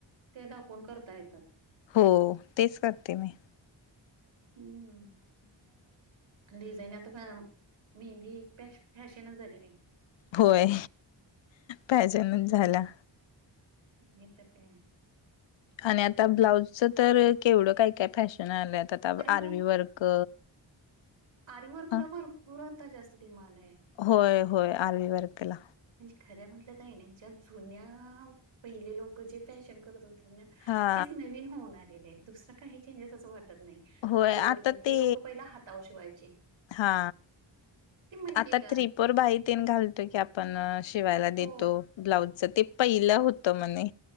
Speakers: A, on the right; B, on the left.
A: ते दाखवून करता येतात.
B: हो तेच करते मी.
A: हम्म डिझईन आता का <unintelligible> मेहंदी ही एक फॅशनच झालेली हा
B: होय फॅशनच झाल्या.
A: नाय तर काय.
B: आणि आता ब्लाउजच तर काय काय केवढं फॅशन आलय आता तर
A: अरे
B: काय आरी वर्क
A: आरीवर्कला
B: ह
A: आता भरपूर जास्त डिमांड आहे.
B: होय होय आरी वर्कला.
A: म्हणजे खर्या म्हटलं त नाही ज्या जुन्या पहिले लोक जे फॅशन करत होते
B: हा
A: तेच नवीन होऊन आलेले आहेत दुसरं काही चेंजेस असं वाटत नाही.
B: होय
A: आरी वर्क
B: आता
A: हे
B: ते
A: लोक पहिले हातावर शिवायचे.
B: हा
A: ते माहितीय
B: आता
A: का?
B: थ्री फोर भाई तेन घालतो की आपण शिवायला
A: हो
B: देतो ब्लाउज च ते पहिलं होत म्हणे.